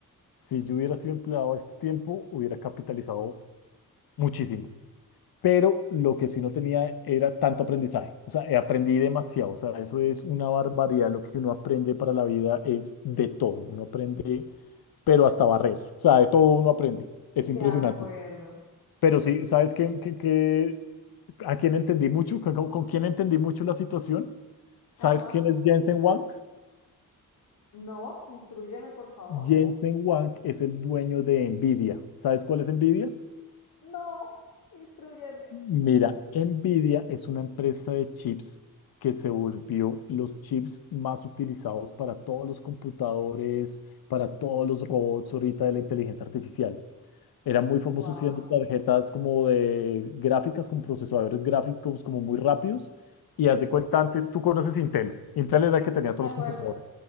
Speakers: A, on the left; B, on the left.
A: Si yo hubiera sido empleado a este tiempo, hubiera capitalizado muchísimo. Pero lo que sí no tenía era tanto aprendizaje. O sea, eh, aprendí demasiado. O sea, eso es una barbaridad. Lo que uno aprende para la vida es de todo. Uno aprende, pero hasta barrer. O sea, de todo uno aprende. Es
B: De
A: impresionante.
B: acuerdo.
A: Pero sí, ¿sabes qué, qué- qué- a quién entendí mucho? ¿Con, con- con quién entendí mucho la situación? ¿Sabes
B: Ajá.
A: quién es Jensen Huang?
B: No, instrúyeme, por favor.
A: Jensen Huang es el dueño de Nvidia. ¿Sabes cuál es Nvidia?
B: No, instrúyeme.
A: Mira, Nvidia es una empresa de chips que se volvió los chips más utilizados para todos los computadores, para todos los robots ahorita de la inteligencia artificial. Era muy famoso
B: Wow.
A: siendo tarjetas como de gráficas, con procesadores gráficos como muy rápidos. Y haz de cuenta, antes tú conoces Intel. Intel era el que tenía
B: De
A: todos
B: acuerdo.
A: los computadores.